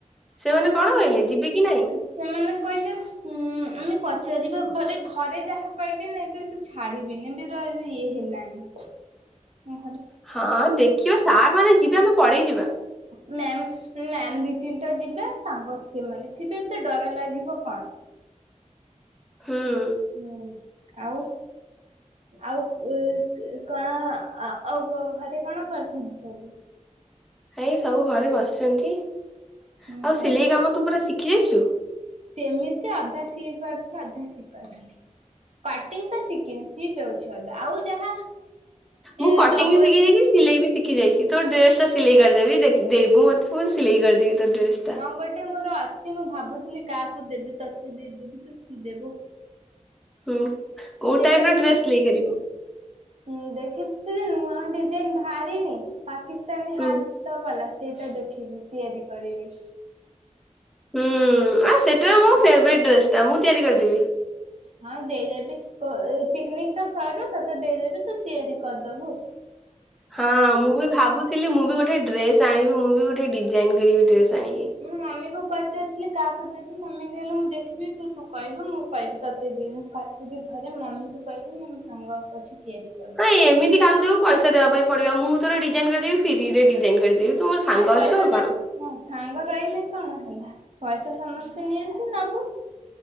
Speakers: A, in the centre; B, on the right (about 55°).
A: ସେମାନେ
B: ହଁ ମୁଁ
A: କଣ
B: ଆଜି
A: କହିଲେ ଯିବେ କି ନାଇଁ?
B: ସେମାନେ କହିଲେ ଉ ଆମେ ପଚାରିବା ଘରେ ଘରେ ଯାହା କହିବେ ନେବେ କି ଛାଡ଼ିବିନି ବି ର ଇଏ ହେଲାଣିି ମୁ
A: ହଁ ଦେଖିବ ସାର୍ ମାନେ ଯିବେ ଆମେ ପଢେଇ ଯିବା।
B: ମ୍ୟାମ୍ ମ୍ୟାମ୍ ଦି ତିନିଟା ଯିବେ ତାଙ୍କ ସେମାନେ ଥିବେ ଏତେ ଡର ଲାଗିବ କଣ।
A: ହଁ।
B: ହୁଁ ଆଉ ଆଉ କ କ କଣ ଆଉ ଘରେ କଣ କରିଚନ୍ତି ସବୁ?
A: ଏଇ ସବୁ ଘରେ ବସିଚନ୍ତି ଆଉ
B: ହୁଁ ହଉ
A: ସିଲେଇ କାମ ତୁ ପୁରା ଶିଖି ଯାଇଚୁ?
B: ସେମିତି ଅଧା ସି ପାରୁଚି ଅଧା ସିଇ ପାରୁନି କଟିଂ ଟା ଶିଖିନି। ସି ଦେଉଚି ଅଦା ଆଉ ଯାହା
A: ମୁଁ
B: ଏ
A: କଟିଂ
B: ଡବଲ
A: ବି ଶିଖି ଯାଇଚି ସିଲେଇ ବି ଶିଖି ଯାଇଚି ତୋ ଡ୍ରେସ ଟା ସିଲେଇ କରିଦେବି ଦେବୁ ମୋତେ ମୁଁ ସିଲେଇ କରିଦେବି ତୋ ଡ୍ରେସ ଟା।
B: ହଁ ଗୋଟେ ମୋର ଅଛି ମୁଁ ଭାବୁଥିଲି କାହାକୁ ଦେବି ତୋତେ ଦେଇ ଦେବି ତୁ ସିଇ ଦେବୁ।
A: ହୁଁ। କୋଉ
B: ସେ
A: ଟାଇପ
B: ଟା
A: ର
B: ସି
A: ଡ୍ରେସ ସିଲେଇ କରିବୁ?
B: ହୁ ଦେଖିଥିଲ ଯେ ନୂଆ ଡିଜାଇନ ବାହାରିନି ପାକିସ୍ତାନୀ
A: ହୁଁ
B: ହା ତ ବଲା ସେଇଟା ଦେଖିବୁ ତିଆରି କରିବି।
A: ହୁଁ ଆ ସେଟା ମୋ ଫେବେରାଇଟି ଡ୍ରେସ ଟା ମୁଁ ତିଆରି କରିଦେବି।
B: ହଁ ଦେଇଦେବି ପିକନିକ ତ ସରୁ ତ ତେ ଦେଇ ଦେବି ତୁ ତିଆରି କରଦବୁ।
A: ହଁ ମୁଁ ବି ଭାବୁଥିଲି ମୁଁ ବି ଗୋଟେ ଡ୍ରେସ ଆଣିବି ମୁଁ ବି ଗୋଟେ ଡିଜାଇନ କରିବି ଡ୍ରେସ ଆଣିକି।
B: ମୁଁ ମମି କୁ ପଚାରିଥିଲି କାହାକୁ ଦେବି ମମି କହିଲେ ମୁଁ ଦେଖିବି ତୁ କହିଲୁ ମୁଁ କହିବି ତତେ ଦି ଆସିବିି ଘରେ ମମି କୁ କହିବି ମୁଁ ମୋ ସାଙ୍ଗ ଅଛି ତିଆରି କ।
A: ହଁ ଏମିତି କାହାକୁ ଦେବୁ ପଇସା ଦେବାପାଇଁ ପଡିବ ମୁଁ ତୋର ଡିଜାଇନ କରିଦେବି ଫ୍ରି ରେ ଡିଜାଇନ କରିଦେବି। ତୁ ମୋର ସାଙ୍ଗ
B: ହଁ ପଇସା
A: ଅଛୁ ଆଉ କଣ
B: ନବୁ ହଁ ସାଙ୍ଗ ରହିଲେ କଣ ହେଲା ପଇସା ସମସ୍ତେ ନିଅନ୍ତି ନବୁ।